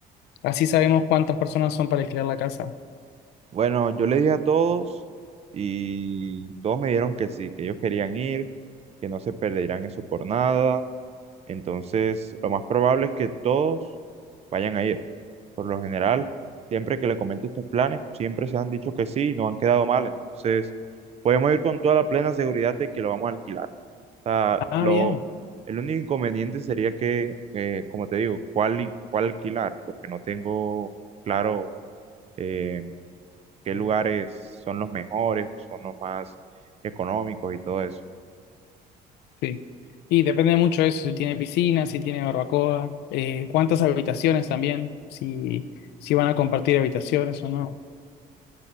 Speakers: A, on the left; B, on the right.
A: Así sabemos
B: Bueno,
A: cuántas personas son para alquilar la casa.
B: bueno, yo le dije a todos y todos me dijeron que sí, que ellos querían ir, que no se perderían eso por nada, Entonces, lo más probable es que todos vayan a ir. Por lo general, siempre que le comento estos planes, siempre se han dicho que sí y no han quedado mal. Entonces, podemos ir con toda la plena seguridad de que lo vamos a alquilar. O sea,
A: Ah,
B: lo,
A: bien,
B: el único inconveniente sería que, eh, como te digo, cuál, i- cuál alquilar, porque no tengo claro eh, qué lugares son los mejores, son los más económicos y todo eso.
A: sí. Y depende mucho de eso, si tiene piscina, si tiene barbacoa, eh, cuántas habitaciones también, si, si van a compartir habitaciones o no.